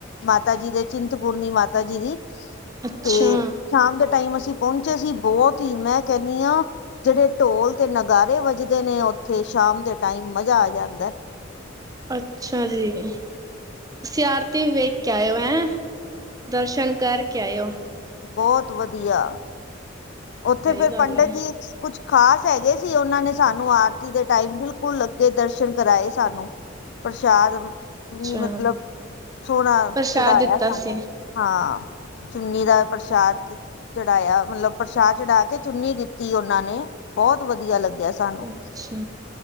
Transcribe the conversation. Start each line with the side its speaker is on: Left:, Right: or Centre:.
Left: ਮਾਤਾ ਜੀ ਦੇ ਚਿੰਤਪੂਰਨੀ ਮਾਤਾ ਜੀ ਦੀ।
Right: ਅੱਛਾ।
Left: ਤੇ ਸ਼ਾਮ ਦੇ ਟਾਈਮ ਅਸੀਂ ਪਹੁੰਚੇ ਸੀ, ਬਹੁਤ ਹੀ, ਮੈਂ ਕਹਿੰਨੀ ਹਾਂ। ਜਿਹੜੇ ਢੋਲ ਤੇ ਨਗਾਰੇ ਵੱਜਦੇ ਨੇ, ਉੱਥੇ ਸ਼ਾਮ ਦੇ ਟਾਈਮ ਮਜ਼ਾ ਆ ਜਾਂਦਾ ਹੈ।
Right: ਅੱਛਾ ਜੀ, ਤੁਸੀ ਆਰਤੀ ਵੇਖ ਕੇ ਆਏ ਓ ਹੈਂ। ਦਰਸ਼ਨ ਕਾਰਕੇ ਆਏ ਓ।
Left: ਬੋਤ ਵਦੀਆ, ਓਥੇ
Right: ਸਹੀ
Left: ਫੇਰ
Right: ਗੱਲ
Left: ਪੰਡਤ
Right: ਹੈ।
Left: ਜੀ। ਕੁਝ ਖ਼ਾਸ ਹੈਗੇ ਸੀ। ਉਹਨਾਂ ਨੇ ਸਾਨੂੰ ਆਰਤੀ ਦੇ ਟਾਈਮ ਬਿਲਕੁਲ ਨੇੜੇ ਤੋਂ ਦਰਸ਼ਨ ਕਰਵਾਏ। ਪ੍ਰਸ਼ਾਦ
Right: ਅੱਛਾ,
Left: ਵੀ ਮਤਲਬ ਸੋਹਣਾ
Right: ਪ੍ਰਸ਼ਾਦ
Left: ਚੜ੍ਹਾਇਆ
Right: ਦਿੱਤਾ
Left: ਸਾਨੂੰ
Right: ਸੀ,
Left: ਹਾਂ, ਚੁੰਨੀ ਦਾ ਪ੍ਰਸ਼ਾਦ ਚੜ੍ਹਾਇਆ ਮਤਲਬ ਪ੍ਰਸ਼ਾਦ ਚੜ੍ਹਾ ਕੇ ਚੁੰਨੀ ਦਿੱਤੀ ਉਹਨਾਂ ਨੇ, ਬਹੁਤ ਵਧੀਆ ਲੱਗਿਆ। ਸਾਨੂੰ
Right: ਅੱਛਾ।